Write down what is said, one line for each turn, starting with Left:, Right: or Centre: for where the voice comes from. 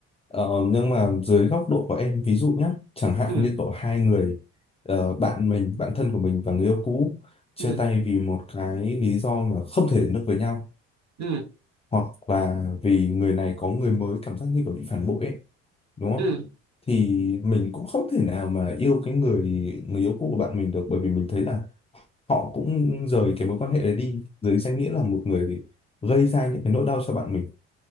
Left: Ờ, nhưng mà dưới góc độ của em ví dụ nhé chẳng hạn
Right: ừ
Left: như có hai người ờ, bạn mình bạn thân của mình và người yêu cũ chia
Right: ừ
Left: tay vì một cái lý do mà không thể đến được với nhau
Right: ừ
Left: hoặc là vì người này có người mới cảm giác như kiểu bị phản bội ấy đúng không
Right: ừ
Left: thì mình cũng không thể nào mà yêu cái người người yêu cũ của bạn mình được bởi vì mình thấy là họ cũng rời cái mối quan hệ đấy đi dưới danh nghĩa là một người gây ra những cái nỗi đau cho bạn mình